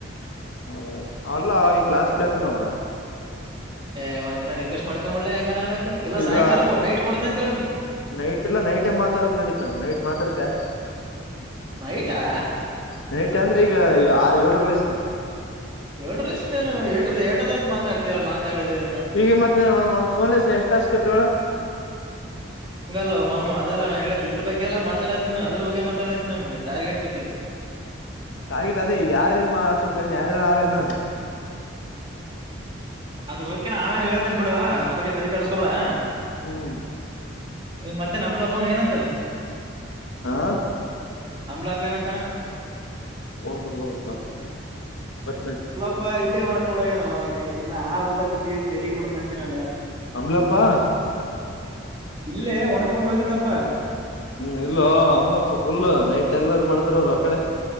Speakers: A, on the left; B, on the right.
A: ಹೌದಾ ಅಲ್ಲಾ ಈಗ ಕ್ಲಾಸ್ ಕೇಳ್ತನವ.
B: ಏ ಒಂದ್ ದಿನ ರಿಕ್ವೆಸ್ ಮಾಡಕೊಂಬಿಡಲೇ ಹೆಂಗ ಆಕ್ ಎಲ್ಲಾ
A: ಈಗ
B: ಸಾಯಂಕಾಲ ಕೊ ನೈಟ್ ಕೊಡ್ತೀನಿ ಅಂತ ಹೇಳ ಅವರಿಗೆ
A: ನೈಟ್ ಎಲ್ಲಾ ನೈಟ್ ಮಾತಾಡಬೇಕ್ ನಡತ ನವು ನೈಟ್ ಮಾತಾಡ್ತೀಯಾ
B: ನೈಟಾ
A: ನೈಟ್ ಅಂದ್ರೆ ಈಗ ಆರ ಏಳೂ ಲಸ <unintelligible>
B: ರೋಡ್ರೇನು ಏಟ ಏಟದ ಅಂತ ಮಾತಾಡ್ತ ಮಾತಾಡಿತಿಯಾ
A: ಈಗ ಮತ್ತೆ ಒಂದ ಒಂದ್ ಫೋನ್ ಎಷ್ಟ ಟಾಸ್ಕರ್ತವ ಹೇಳ
B: ಹಂಗಲ್ಲೋಮ್ಮ ಅದೆಲ್ಲ ನಾ ಹೇಳಿದ್ದ ಇದ್ರ ಬಗ್ಗೆಲ್ಲ ಮಾತಾಡತನ ಅದ್ರ ಬಗ್ಗೆ ಮಾತಾಡಾತ ನಾನ್ನ ಟಾರ್ಗೆಟ್ ಬಗ್ಗೆ
A: ಟಾರ್ಗೆಟ್ ಅದೇ ಈ ಯಾರ ಹಚ್ಬೇಕುಂದ ಯಾರ ಯಾರಾ ಎನು
B: ಅದರ ಬಗ್ಗೆ ನಾ ಆಮೇಲೆ ಹೇಳ್ದೇನ್ ಬಿಡು ಅದ್ರ ಬಗ್ಗೆ ತಲೆ ಕಡಸ್ಕೊಬೇಡಾ
A: ಹುಂ
B: ಈಗ ಮತ್ತೆ ನಂಬ್ಲಪ್ಪಬ ಏನ ಅಂತಾನ
A: ಹಾ
B: ಅಂಬಲಪ ಎನಂತಾನ
A: <unintelligible>
B: ಹಪಾ ಇಲ್ಲೇ ಒಣಕೊಂಡ್ ಹೋಗ್ಯ ನಿನು ಎತಿನ್ನ ಆ ಊಟ ತಿಂದಕೇಸಿದ ಎಲ್ಲಿಗ್ ಮುಟ್ಟದ್ದ ಅಂತಿ ನಾನು
A: ಅಂಬ್ಲಪ್ಪಾ
B: ಇಲ್ಲೇ ಒಣಕೊಂಡ್ ಹೋಗಿದ್ದನಪ್ಪ
A: ಹ್ಮ್ ಇಲ್ಲ ಅಮ್ಲಪ್ಪ ಫುಲ್ ನೈಟ್ ಎಲ್ಲಾ ಇದ ಮಾಡಿದತ್ರ ಅವ್ರು ಆ ಕಡೆ